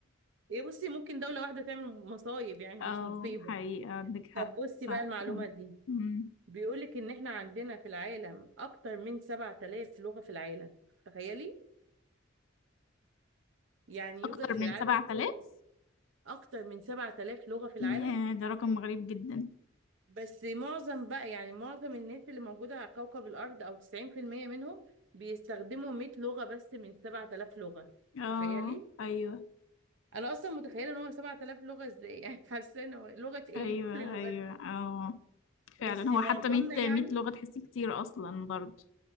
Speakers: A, on the right; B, on the left.
A: ايه بصي ممكن دولة واحدة تعمل مصايب يعني مش
B: اه
A: مصيبة
B: حقيقة عندك حق
A: طب بصي
B: صح
A: بقى المعلومة
B: مم.
A: دي
B: مم.
A: بيقولك ان احنا عندنا في العالم اكتر من 7000 لغة في العالم تخيلي يعني
B: اكتر
A: يوجد في
B: من
A: العالم
B: 7000
A: كله اكتر من 7000 لغة في العالم
B: ياه ده رقم غريب جدا
A: بس معظم بقى يعني معظم الناس اللي موجودة على كوكب الارض او 90% منهم بيستخدموا 100 لغة بس من 7000 لغة
B: اه
A: تخيلي
B: ايوه
A: انا اصلا متخيله ان هو 7000 لغه ازاي يعني <laughs> حاسه إن هو لغه ايه
B: ايوه
A: كل اللغات
B: ايوه
A: دي
B: اه
A: بس
B: فعلا هو
A: معظمنا
B: حتى 100
A: يعني
B: 100 لغة تحسي كتير أصلا برضه